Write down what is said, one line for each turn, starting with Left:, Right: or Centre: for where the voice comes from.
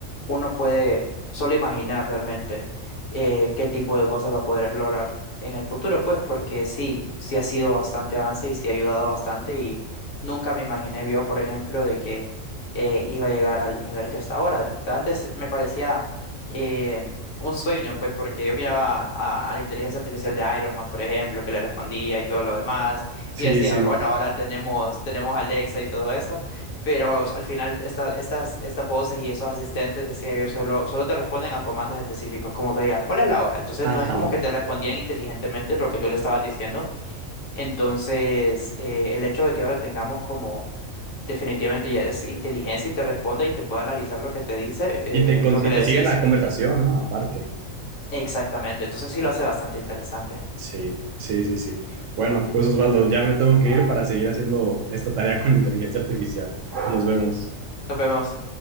Left: uno puede solo imaginar realmente eh, qué tipo de cosas va a poder lograr en el futuro, pues porque sí, sí ha sido bastante avance y sí ha ayudado bastante y nunca me imaginé yo, por ejemplo, de que eh, iba a llegar al nivel que está ahora. Antes me parecía... eh, Un sueño, pues, porque yo miraba a, a la inteligencia artificial de Iron Man, por ejemplo, que le respondía y todo lo demás
Right: Sí,
Left: y decía,
Right: sí.
Left: bueno, ahora tenemos, tenemos Alexa y todo eso, pero al final esta- estas, estas voces y esos asistentes, decía yo, solo, solo te responden a comandos específicos, como que digas, ¿cuál es la hora? Entonces no
Right: Ajá.
Left: es como que te respondían inteligentemente lo que tú le estabas diciendo. Entonces, eh, el hecho de que ahora tengamos como definitivamente ya es inteligencia y te responde y te puede analizar lo que te dice, eh,
Right: Y te, con-
Left: lo que
Right: y
Left: le
Right: te
Left: decís.
Right: sigue la conversación, ¿no? Aparte.
Left: Exactamente, entonces sí lo hace bastante interesante.
Right: Sí, sí, sí, sí. Bueno, pues Osvaldo, ya me tengo que ir para seguir haciendo esta tarea con inteligencia artificial. Nos vemos.
Left: Nos vemos.